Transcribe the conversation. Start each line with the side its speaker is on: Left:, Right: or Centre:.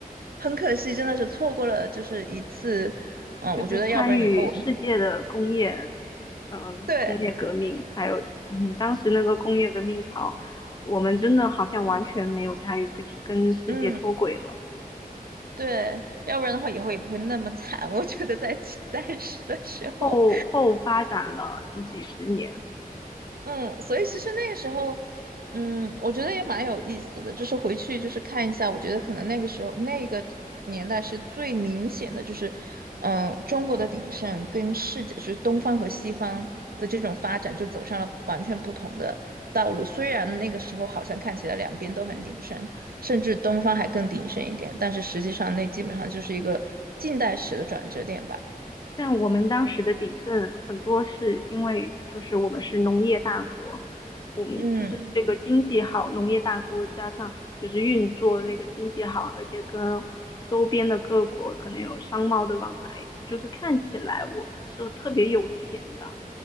Right: 很可惜，真的是错过了就是一次，嗯，
Left: 就是参与世界的工业，
Right: 我觉得要不然以后我们
Left: 嗯、
Right: 对，
Left: 工业革命，还有嗯，当时那个工业革命潮，我们真的好像完全没有参与，就是跟世界脱轨了，
Right: 嗯。对，要不然的话以后也不会那么惨。我觉得在当时的时候。
Left: 后后发展了几十年。
Right: 嗯，所以其实那个时候，嗯，我觉得也蛮有意思的，就是回去就是看一下，我觉得可能那个时候那个年代是最明显的，就是，嗯、中国的鼎盛跟世界就是东方和西方的这种发展就走上了完全不同的道路。虽然那个时候好像看起来两边都很鼎盛，甚至东方还更鼎盛一点，但是实际上那基本上就是一个近代史的转折点吧。
Left: 但我们当时的鼎盛很多是因为就是我们是农业大国，我们就是这个经济好，
Right: 嗯。
Left: 农业大国加上就是运作那个经济好，而且跟周边的各国可能有商贸的往来，就是看起来我们是特别有钱吧。